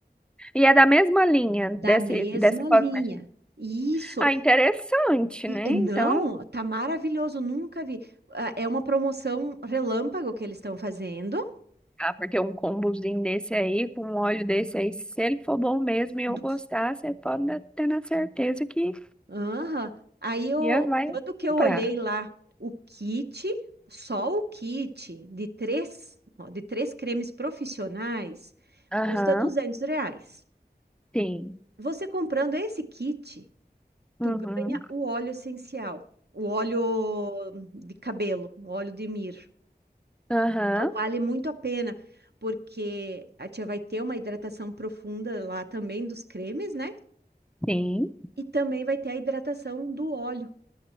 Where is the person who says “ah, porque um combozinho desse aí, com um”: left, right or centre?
Centre